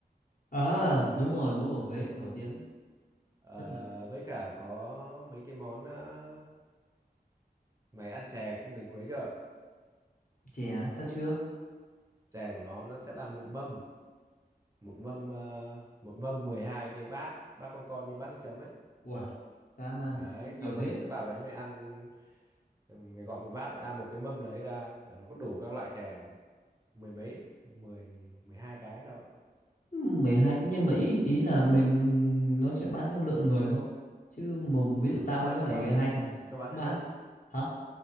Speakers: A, on the left; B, on the right.
A: À, đúng
B: với
A: rồi, bún bò Huế nổi tiếng,
B: ờ,
A: rất nổi tiếng.
B: với cả có mấy cái món à, mày ăn chè cung đình Huế chưa
A: Chè, sao chưa.
B: chè của nó nó sẽ là một mâm một mâm ờ, một mâm 12 cái bát bát con con như bát nước chấm ấy
A: Ui, dã man,
B: đấy
A: nhiều
B: xong mày
A: thế.
B: sẽ vào đấy mày ăn ừ, mày gọi một bát à một cái mâm đấy ra là nó có đủ các loại chè mười mấy mười mười hai cái sao ấy.
A: Ừ, mười hai cái nhưng mà ý ý là mình nó sẽ bán theo lượng người không? Chứ mà ví dụ tao
B: nó bán
A: với
B: theo
A: mày
B: mâm
A: hai thằng
B: nó bán
A: cũng
B: theo
A: bán.
B: mâm
A: Hả?